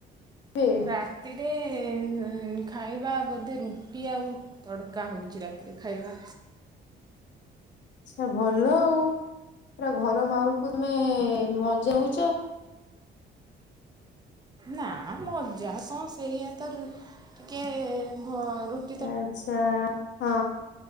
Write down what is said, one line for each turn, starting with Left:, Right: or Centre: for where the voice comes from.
Left: ବେ।
Right: ରାତିରେ ଏ ଖାଇବା ବୋଧେ ରୁଟି ଆଉ ତଡ଼କା ହୋଉଛି ରାତିରେ ଖାଇବା।
Left: ଆଚ୍ଛା ଭଲ ଆଉ ପୁରା ଘର ମାହଲ୍ କୁ ତମେ ମଜେଉଚ।
Right: ନା ମଜା କଣ ସେଇଆ ତ ରୁ ଟିକେ ଭ ରୁଟ୍
Left: ଆଚ୍ଛା ହଁ